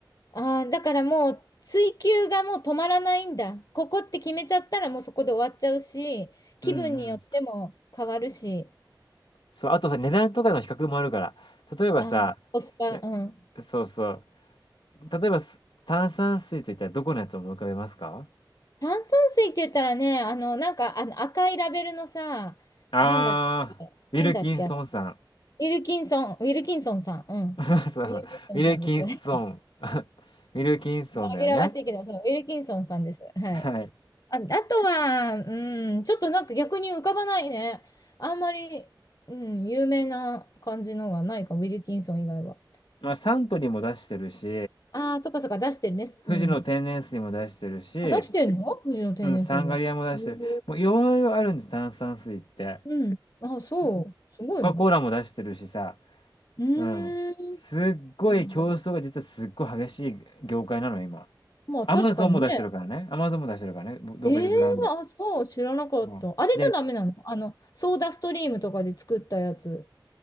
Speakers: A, on the left; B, on the left.
A: ああ、だからもう追求がもう止まらないんだ。ここって決めちゃったらもうそこで終わっちゃうし、気分によっても変わるし、
B: うんうん。そう、あとさ、値段とかの比較もあるから、例えばさ、
A: あー、コスパ、
B: いや、
A: うん。
B: そうそう、例えば、す炭酸水といったらどこのやつを思い浮かべますか？
A: 炭酸水って言ったらね、あの、なんかあの赤いラベルのさ、
B: ああ、
A: なんだっけ、
B: ウィルキンソンさん。
A: なんだっけ、ウィルキンソン、ウィルキンソンさん、うん。
B: <laughs> そうそう、
A: ウィルキンソンさんです。
B: ウィルキンソン。
A: <laughs>
B: <laughs> ウィルキンソンだよね。
A: 紛らわしいけど、そう、ウィルキンソンさんです。はい。
B: はい。
A: あ、あとは、うん、ちょっとなんか逆に浮かばないね。あんまり、うん、有名な感じのがないかウィルキンソン以外は。
B: まあ、サントリーも出してるし、
A: ああ、そっかそっか、出してるね。
B: 富士の天然水も出してるし、
A: うん。あ、出してんの藤野天然水も。
B: すうん、サンガリアも出してる。
A: へー
B: もういろいろあるんです、炭酸水って。
A: うん。あ、そう。
B: コココカ・
A: すごいね。
B: コーラも出してるしさ、
A: うーん。
B: うん。すっごい競争が実はすっごい激しい業界なの、
A: そうなんだ。
B: 今。
A: まあ、
B: アマゾンも出してるからね。
A: 確かにね。
B: アマゾンも出してるからね。ぼ独自ブランド。
A: ええあ、そう、知らなかった。
B: そう。
A: あれじゃダメなのあの、
B: で、
A: ソーダストリームとかで作ったやつ。